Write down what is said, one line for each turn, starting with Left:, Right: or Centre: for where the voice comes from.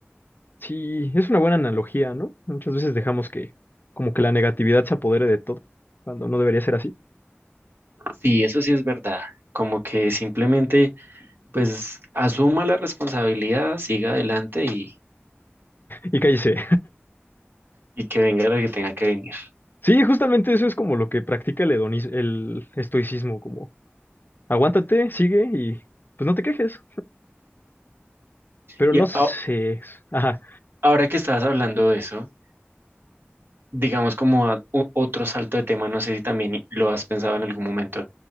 Left: Sí, es una buena analogía, ¿no? Muchas veces dejamos que como que la negatividad se apodere de todo cuando no debería ser así.
Right: Sí, eso sí es verdad. Como que simplemente, pues, asuma la responsabilidad, siga adelante y,
Left: Y cállese.
Right: y que venga lo que tenga que venir.
Left: Sí, justamente eso es como lo que practica el hedonis- el estoicismo, como aguántate, sigue y pues no te quejes. Pero
Right: Y
Left: no
Right: a-
Left: sé. Ajá.
Right: Ahora que estabas hablando de eso, digamos como a- u- otro salto de tema, no sé si también lo has pensado en algún momento,